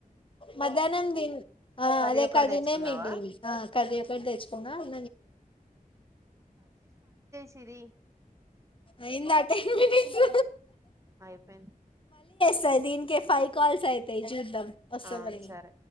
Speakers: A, on the left; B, on the right.
A: మధ్యాహ్నం దిన్ ఆ
B: కర్రీ
A: అదకా
B: ఒక్కటి
A: దినే
B: తెచ్చుకున్నావా
A: మిగిలి కర్రి ఒకటి తెచ్చుకున్న <unintelligible>
B: సిరి
A: అయిందా టెన్ మినిట్స్?
B: అయిపోఇంది.
A: సరే, దీన్కే ఫైవ్ కాల్స్ అయితయ్ జూద్దమ్. వస్తదిలే
B: ఆ సరే